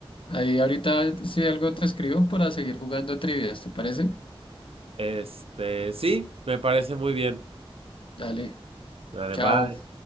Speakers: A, on the left (about 60°); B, on the right (about 75°).
A: Ahí ahorita si algo te escribo para seguir jugando trivias, ¿te parece?
B: Este, sí, me parece muy bien.
A: Dale.
B: Vale,
A: Chao.
B: bye.